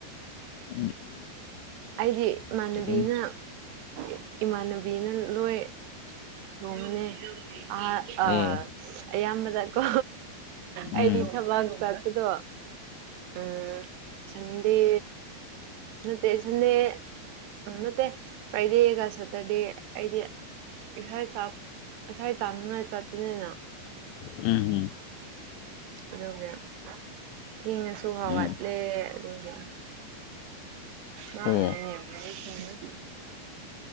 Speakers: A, on the left (about 85°); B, on the right (about 75°).
A: <unintelligible>
B: ꯑꯩꯒꯤ ꯏꯃꯥꯟꯅꯕꯤꯅ
A: ꯑꯗꯨꯝ
B: ꯏ ꯏꯃꯥꯟꯅꯕꯤꯅ ꯂꯣꯏ ꯊꯣꯡꯕꯅꯦ ꯑ ꯑ
A: ꯑꯦ
B: ꯑꯌꯥꯝꯕꯗ ꯀꯣ ꯑꯩꯗꯤ
A: ꯎꯝ
B: ꯊꯕꯥꯛ ꯆꯥꯠꯄꯗꯣ ꯎꯝ ꯁꯟꯗꯦ ꯅꯠꯇꯦ ꯁꯟꯗꯦ ꯎꯝ ꯅꯠꯇꯦ ꯐ꯭ꯔꯥꯏꯗꯦꯒ ꯁꯇꯔꯗꯦ ꯑꯩꯗꯤ ꯏꯁꯩ ꯇꯥꯝ ꯏꯁꯩ ꯇꯥꯝꯅꯤꯡꯉꯥꯏ ꯆꯠꯄꯅꯤꯅ
A: ꯎꯝ ꯎꯝ
B: ꯑꯗꯨꯒꯤ ꯊꯦꯡꯉꯁꯨꯕꯥꯎꯕ
A: ꯎꯝ
B: ꯂꯩꯌꯦ ꯑꯗꯨꯒꯤ <unintelligible>
A: ꯑꯣ